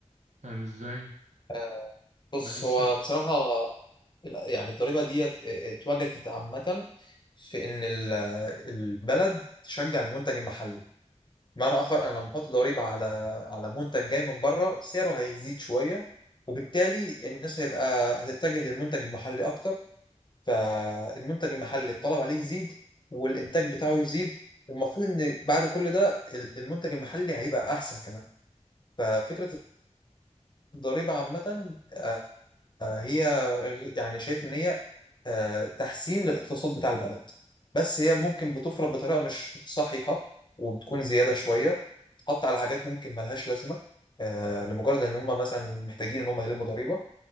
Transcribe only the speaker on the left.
آه، بص
هو بصراحة ال- يعني الضريبة دي اتوجدت عامة في إن ال- البلد تشجع المنتج المحلي بمعنى آخر أنا لما أحط ضريبة على على منتج جاي من بره سعره هيزيد شوية وبالتالي الناس هيبقى هتتجه للمنتج المحلي أكتر فالمنتج المحلي الطلب عليه يزيد والإنتاج بتاعه يزيد والمفروض إن بعد كل ده ال- المنتج المحلي هيبقى أحسن كمان ففكرة الضريبة عامة آه، آه، هي غ- يعني شايف إن هي آه، تحسين للاقتصاد بتاع البلد بس هي ممكن بتفرض بطريقة مش صحيحة وبتكون زيادة شوية حط على حاجات ممكن ملهاش لازمة آه، لمجرد إن هم مثلا محتاجين إن هم يلموا ضريبة